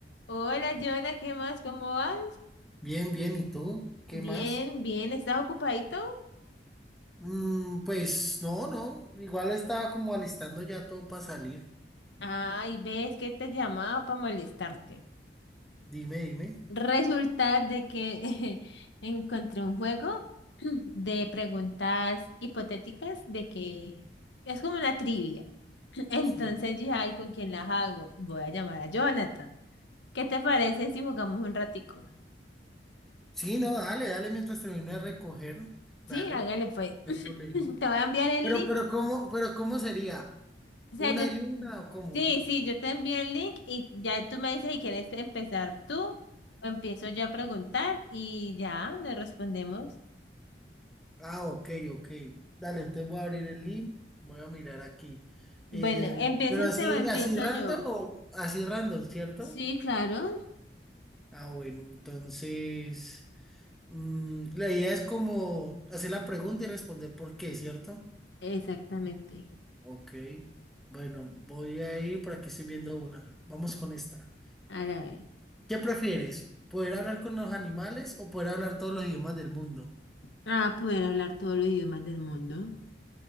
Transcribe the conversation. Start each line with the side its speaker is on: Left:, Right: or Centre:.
Left: Hola, Jonah, ¿qué más? ¿Cómo vas?
Centre: Bien, bien, ¿y tú? ¿Qué
Left: Bien,
Centre: más?
Left: bien, ¿estás ocupadito?
Centre: Mm, pues no, no, igual estaba como alistando ya todo para salir.
Left: Ay, ves que te llamaba para molestarte.
Centre: Dime, dime.
Left: Resulta de que <laughs> encontré un juego <clears throat> de preguntas hipotéticas de que es como una trivia. <clears throat> Entonces
Centre: Sí.
Left: dije, ay, ¿con quién las hago? Voy a llamar a Jonathan. ¿Qué te parece si jugamos un ratico?
Centre: Sí, no, dale, dale mientras termino de recoger. Dale,
Left: Sí, hágale pues.
Centre: no
Left: <clears throat>
Centre: hay problema.
Left: Te voy a enviar el
Centre: Pero,
Left: link
Centre: pero ¿cómo, pero cómo sería?
Left: O sea,
Centre: ¿Una
Left: yo,
Centre: y una o cómo?
Left: sí, sí, yo te envío el link y ya tú me dices si quieres empezar tú o empiezo yo a preguntar y ya nos respondemos.
Centre: Ah, ok, ok. Dale, entonces voy a abrir el link, voy a mirar aquí.
Left: Bueno,
Centre: Eh,
Left: ¿empieza
Centre: pero
Left: usted
Centre: así,
Left: o empiezo
Centre: así random
Left: yo?
Centre: o así random, ¿cierto?
Left: Sí, claro,
Centre: Ah, bueno, entonces. Mm, la idea es como hacer la pregunta y responder por qué, ¿cierto?
Left: exactamente.
Centre: Ok. Bueno, voy a ir por aquí estoy viendo una. Vamos con esta.
Left: Ahora ver.
Centre: ¿Qué prefieres? ¿Poder hablar con los animales o poder hablar todos los idiomas del mundo?
Left: Ah, poder hablar todos los idiomas del mundo.